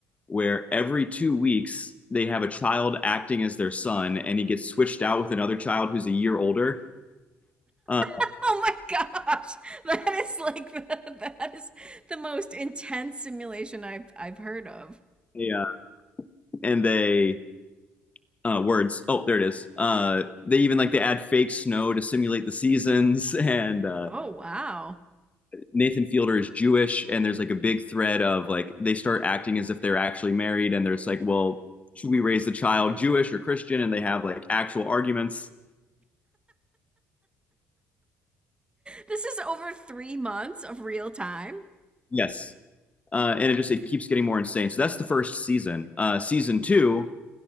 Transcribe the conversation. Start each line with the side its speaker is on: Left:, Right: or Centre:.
Left: where every two weeks they have a child acting as their son, and he gets switched out with another child who's a year older. Uh,
Right: Oh my gosh, <laughs> that is like the that is the most intense simulation I've I've heard of.
Left: yeah, and they uh, words. Oh, there it is. Uh, they even like they add fake snow to simulate the seasons. <laughs> And uh,
Right: Oh wow,
Left: Nathan Fielder is Jewish, and there's like a big thread of like they start acting as if they're actually married, and there's like, well, should we raise the child Jewish or Christian? And they have like actual arguments.
Right: this is over three months of real time.
Left: Yes. Uh, and it just it keeps getting more insane. So that's the first season. Uh, season two,